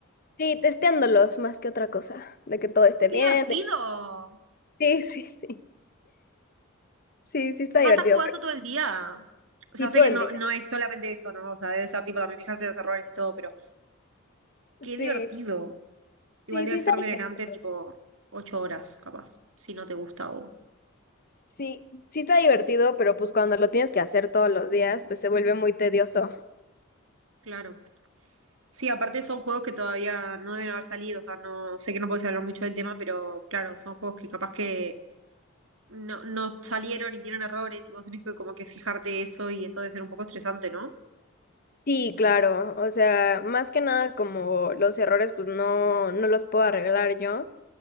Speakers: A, on the left; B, on the right.
A: Sí, testeándolos más que otra cosa, de que todo esté
B: ¡Ay, ¡Qué
A: bien.
B: divertido!
A: de que- Sí, sí, sí, sí, sí está
B: O
A: divertido.
B: sea, estás jugando
A: pero
B: todo el día. O sea,
A: Sí,
B: sé
A: todo
B: que
A: el
B: no,
A: día.
B: no es solamente eso, ¿no? O sea, debe ser tipo también fijarse en los errores y todo, pero qué
A: Sí,
B: divertido. Igual
A: sí,
B: debe
A: sí
B: ser
A: está divertido.
B: drenante tipo ocho horas, capaz, si no te gusta o...
A: Sí, sí está divertido, pero pues cuando lo tienes que hacer todos los días, pues se vuelve muy tedioso.
B: Claro. Sí, aparte son juegos que todavía no deben haber salido, o sea, no sé que no puedes hablar mucho del tema, pero claro, son juegos que capaz que no, no salieron y tienen errores y vos tenés que como que fijarte eso y eso debe ser un poco estresante, ¿no?
A: Sí, claro, o sea, más que nada como los errores, pues no, no los puedo arreglar yo,